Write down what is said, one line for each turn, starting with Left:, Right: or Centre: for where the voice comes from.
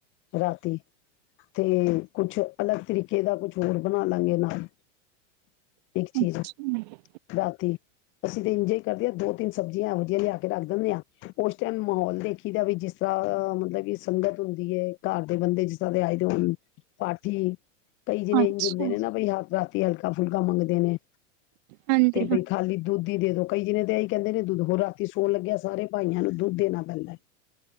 Left: ਰਾਤੀ ਤੇ ਕੁਛ ਅਲੱਗ ਤਰੀਕੇ ਦਾ ਕੁਛ ਹੋਰ ਬਣਾ ਲਾਂਗੇ ਨਾਲ। ਇੱਕ ਚੀਜ਼
Right: ਅੱਛਾ
Left: ਰਾਤੀ। ਅਸੀਂ ਤਾਂ ਇੰਜੋਏ ਕਰਦੇ ਹਾਂ ਦੋ ਤਿੰਨ ਸਬਜ਼ੀਆਂ ਇਹੋ ਜਿਹੀਆਂ ਲਿਆ ਕੇ ਰੱਖ ਦਿੰਦੇ ਹਾਂ ਉਸ ਟਾਈਮ ਮਾਹੌਲ ਦੇਖੀ ਦਾ ਵੀ ਜਿਸ ਤਰ੍ਹਾਂ ਮਤਲਬ ਕਿ ਸੰਗਤ ਹੁੰਦੀ ਹੈ ਘਰ ਦੇ ਬੰਦੇ ਜਿਸ ਤਰ੍ਹਾਂ ਦੇ ਆਏ ਦੇ ਹੋਣ ਪਾਠੀ। ਕਈ ਜਿਣੇ
Right: ਅੱਛਾ
Left: ਇੰਝ ਹੁੰਦੇ ਨੇ ਨਾ ਬ ਹ ਰਾ ਹਲਕਾ, ਫੁਲਕਾ ਮੰਗਦੇ ਨੇ।
Right: ਹਾਂਜੀ
Left: ਤੇ
Right: ਹਾਂ
Left: ਬਈ ਖਾਲੀ ਦੁੱਧ ਹੀ ਦੇ ਦੋ। ਕਈ ਜਣੇ ਤੇ ਇਹੀ ਕਹਿੰਦੇ ਨੇ ਦੁੱਧ ਹੋਰ ਰਾਤੀ ਸੋਣ ਲੱਗਿਆ ਸਾਰੇ ਭਾਈਆਂ ਨੂੰ ਦੁੱਧ ਦੇਣਾ ਪੈਂਦਾ।